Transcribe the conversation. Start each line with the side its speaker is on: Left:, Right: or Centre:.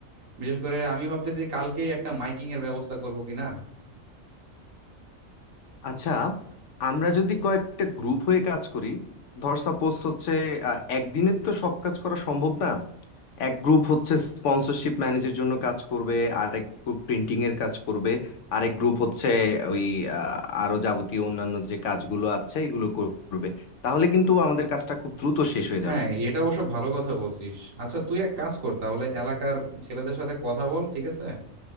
Right: বিশেষ করে আমি ভাবতেছি কালকেই একটা মাইকিং এর ব্যবস্থা করবো কিনা
Left: আচ্ছা আমরা যদি কয়েকটা গ্রুপ হয়ে কাজ করি ধর সাপোজ হচ্ছে আহ, একদিনে তো সব কাজ করা সম্ভব না এক গ্রুপ হচ্ছে স্পন্সরশিপ ম্যানেজের জন্য কাজ করবে আরেক গ্রুপ প্রিন্টিং এর কাজ করবে আরেক গ্রুপ হচ্ছে ওই আহ, আরো যাবতীয় অন্যান্য যে কাজগুলো আছে এগুলো করবে তাহলে কিন্তু আমাদের কাজটা খুব দ্রুত শেষ হয়ে
Right: হ্যাঁ
Left: যাবে
Right: এটা অবশ্য ভালো কথা বলছিস আচ্ছা তুই এক কাজ কর তাহলে এলাকার ছেলেদের সাথে কথা বল ঠিক আছে